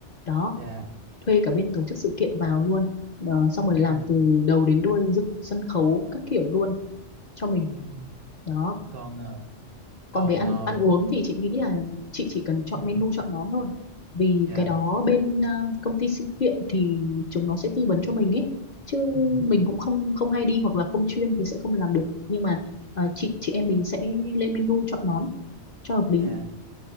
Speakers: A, on the left; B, on the right.
A: Đó,
B: dạ
A: thuê cả bên tổ chức sự kiện vào luôn. Ờ, xong rồi
B: ừ
A: làm từ đầu đến đuôi dựng sân khấu các kiểu luôn cho mình.
B: ừ
A: Đó
B: còn ờ,
A: còn
B: còn
A: về ăn
B: ờ,
A: ăn uống thì chị nghĩ là chị chỉ cần chọn
B: ừ
A: menu chọn món thôi vì
B: dạ
A: cái đó bên ờ, công ty sự kiện thì chúng nó sẽ tư vấn cho mình ấy chứ
B: ừ
A: mình cũng không không hay đi hoặc là không chuyên thì sẽ không làm được nhưng mà ờ, chị chị em mình sẽ lên menu chọn món cho hợp lý
B: dạ